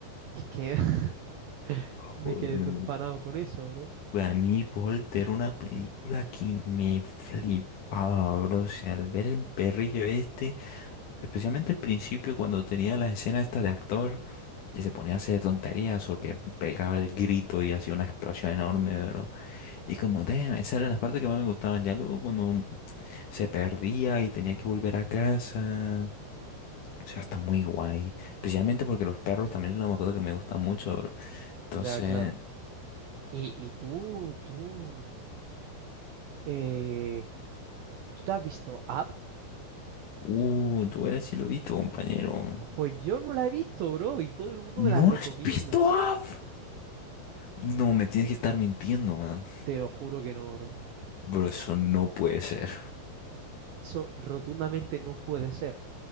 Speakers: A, on the right; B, on the left.
A: Y es que <laughs>
B: Joder,
A: me quedé todo
B: bro.
A: empanado con eso, bro.
B: Pues a mí Volter era una película que me flipaba, bro. O sea, al ver el perrillo este, especialmente al principio cuando tenía las escenas estas de actor que se ponía a hacer tonterías o que pegaba el grito y hacía una explosión enorme, bro. Y como, damn, esas eran las partes que más me gustaban. Ya luego cuando se perdía y tenía que volver a casa. O sea, está muy guay. Especialmente porque los perros también es una mascota que me gusta mucho, bro. Entonces,
A: Ya, claro. Y, y tú, tú, eh, ¿tú te has visto Up?
B: uh, tú verás si lo he visto, compañero.
A: Pues yo no la he visto, bro, y todo el mundo
B: ¿No
A: me la recomienda.
B: has visto Up? No, me tienes que estar mintiendo, man.
A: Te lo juro que no, bro.
B: Bro, eso no puede ser.
A: Eso rotundamente no puede ser.